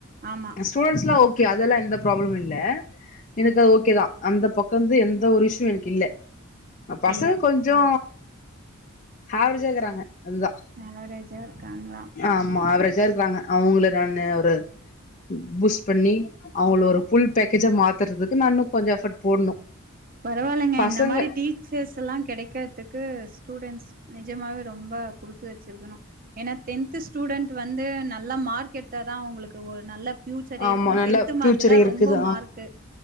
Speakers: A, on the right; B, on the left.
A: ஆமா
B: ஸ்டூடெண்ட்ஸ்லா ஓகே அதெல்லா எந்த ப்ராப்ளமு இல்ல எனக்கு
A: ம்
B: அது ஓகே தா அந்த பக்கர்ந்து எந்த ஒரு இஸ்சு எனக்கில்ல பசங்க
A: இல்ல
B: கொஞ்சோ ஏவ்ரேஜா இருக்கிறாங்க அதுதா
A: ஆவரேஜா இருக்காங்களா
B: ஆமா ஏவ்ரேஜா இருக்கிறாங்க அவுங்கள நானு ஒரு பூஸ்ட் பண்ணி அவுங்கள ஒரு ஃபுல் பேக்ஜா மாத் றதுக்கு நானு கொஞ்சோ எஃபர்ட் போடணு
A: பரவால்லைங்க
B: பசங்க
A: இந்த மாரி டீ ச்சர்ஸ்ல்லா கெடைக்கற்துக்கு ஸ்டூடெண்ட்ஸ் நெஜமாவே ரொம்ப குடுத்து வெச்சிருக்கணு ஏனா டென்த்து ஸ்டூடெண்ட் வந்து நல்ல மார்க் எடுத்தா தா அவுங்களுக்கு ஒரு நல்ல பியூச்சரே
B: ஆமா
A: இருக்கு
B: நல்ல
A: டென்த்
B: ஃபியூச்சர்
A: மார்க்கு தா
B: இருக்குது
A: ரொம்ப மார்க்கு